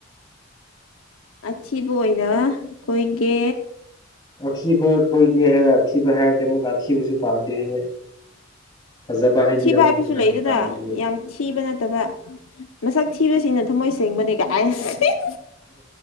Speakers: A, on the left; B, on the left.
A: ꯑꯊꯤꯕ ꯑꯣꯏꯅ ꯀꯣꯏꯒꯦ
B: ꯑꯊꯤꯕ ꯀꯣꯏꯒꯦ ꯍꯥꯏꯔꯒ ꯑꯊꯤꯕ ꯍꯥꯏꯔꯗꯤ ꯑꯃꯨꯛꯀꯥ ꯑꯊꯤꯕꯁꯨ ꯄꯥꯝꯗꯦ ꯍꯥꯏꯌꯦ ꯐꯖꯕ ꯍꯥꯏꯕꯤꯔ
A: ꯑꯊꯤꯕ
B: ꯑꯃꯨꯛ
A: ꯍꯥꯏꯕꯁꯨ
B: ꯐꯖꯕ
A: ꯂꯩꯗꯅ
B: ꯄꯥꯝꯗꯦ ꯍꯥꯏꯌꯦ
A: ꯌꯥꯝ ꯊꯤ ꯊꯤꯕ ꯅꯠꯇꯕ ꯃꯁꯛ ꯊꯤꯕꯁꯤꯡꯅ ꯊꯝꯃꯣꯏ ꯁꯦꯡꯕꯅꯦ ꯒꯥꯏꯅ ꯁꯤ